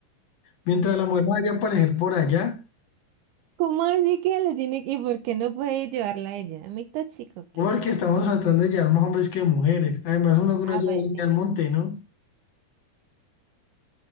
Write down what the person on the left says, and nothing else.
mientras la mujer vaya a aparecer por allá.
Porque estamos tratando de llevar más hombres que mujeres. Además, uno que
uno lleva
leña
al monte, ¿no?